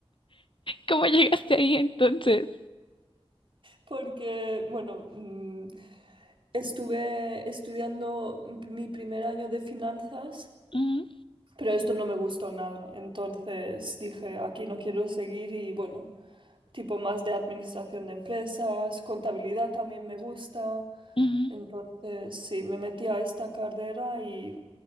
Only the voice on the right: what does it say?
porque, bueno, mm, estuve estudiando mi primer año de finanzas.
Pero esto no me gustó nada. Entonces dije, aquí no quiero seguir y bueno, tipo más de administración de empresas, contabilidad también me gusta.
Entonces sí, me metí a esta carrera y